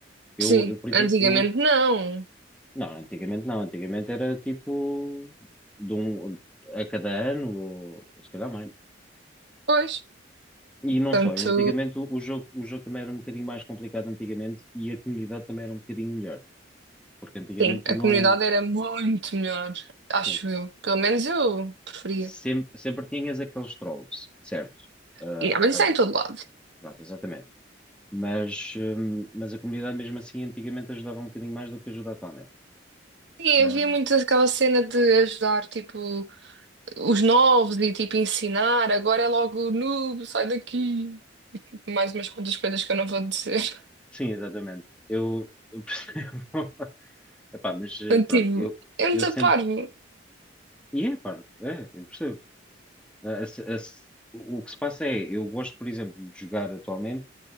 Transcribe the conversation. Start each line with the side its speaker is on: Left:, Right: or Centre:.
Centre: Eu,
Right: Sim,
Centre: eu, por exemplo,
Right: antigamente
Centre: eu.
Right: não.
Centre: Não, antigamente não, antigamente era tipo de um a cada ano, ou, ou se calhar mais.
Right: Pois,
Centre: E não
Right: tanto...
Centre: só, e antigamente o, o jogo, o jogo também era um bocadinho mais complicado antigamente e a comunidade também era um bocadinho melhor. Porque antigamente
Right: Sim,
Centre: tu
Right: a
Centre: não,
Right: comunidade era muito melhor, acho
Centre: sim,
Right: eu. Pelo menos eu preferia.
Centre: sempre, sempre tinhas aqueles trolls, certo? Ah,
Right: E, ah, mas
Centre: às,
Right: isso é em todo lado.
Centre: Pronto, exatamente. Mas, hum, mas a comunidade mesmo assim antigamente ajudava um bocadinho mais do que ajuda atualmente.
Right: Sim,
Centre: Hum,
Right: havia muito aquela cena de ajudar, tipo, os novos e, tipo, ensinar. Agora é logo, noob, sai daqui. Mais umas quantas coisas que eu não vou dizer. <laughs>
Centre: sim, exatamente. Eu, eu percebo. <laughs> Epá, mas eh,
Right: Portanto,
Centre: pronto,
Right: tipo,
Centre: eu,
Right: é muito
Centre: eu sempre.
Right: parvo.
Centre: E é, pá, é, eu percebo. Ah, a se- a se- o que se passa é, eu gosto, por exemplo, de jogar atualmente,